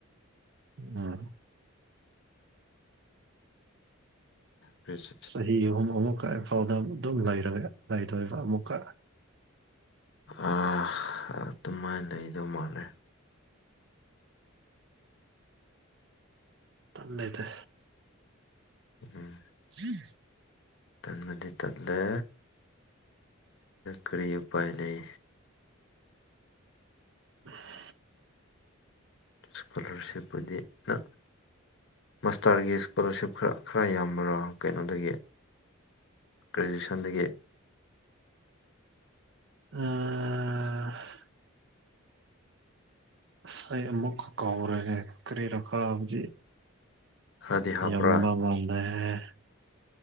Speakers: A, on the right; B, on the left.
A: ꯎꯝ
B: ꯒ꯭ꯔꯦꯖꯨꯑꯦꯁꯟ
A: ꯑꯁ ꯆꯍꯤ ꯑꯍꯨꯝ ꯑꯃꯨꯛꯀ ꯏꯐꯥꯎꯗ ꯑꯗꯨꯝ ꯂꯩꯔꯔꯦ ꯂꯩꯗꯣꯏꯔꯤꯕ ꯑꯃꯨꯛꯀ
B: ꯑꯥ ꯑꯗꯨꯃꯥꯏꯅ ꯂꯩꯗꯧ ꯃꯥꯜꯂ
A: ꯇꯝꯗ ꯂꯩꯗ
B: ꯎꯝ
A: <inaudible>
B: ꯇꯟꯕꯗꯤ ꯇꯠꯂꯦ ꯀꯔꯤ ꯎꯄꯥꯏ ꯂꯩ
A: <inaudible>
B: ꯏꯁꯀꯣꯂꯔꯁꯤꯞꯄꯨꯗꯤꯅ ꯃꯥꯁꯇꯔꯒꯤ ꯏꯁꯀꯣꯂꯥꯔꯁꯤꯞ ꯈꯔ ꯈꯔ ꯌꯥꯝꯕꯔꯥ ꯀꯩꯅꯣꯗꯒꯤ ꯒ꯭ꯔꯦꯖꯨꯌꯦꯁꯟꯗꯒꯤ
A: ꯑ ꯉꯥꯏ ꯑꯃꯨꯛꯀ ꯀꯥꯎꯔꯦ ꯀꯔꯤꯔꯀꯥꯕꯖꯤ
B: ꯈꯔꯗꯤ ꯍꯥꯞꯄ꯭ꯔꯥ
A: ꯌꯝꯕ ꯃꯜꯂꯦꯍꯦ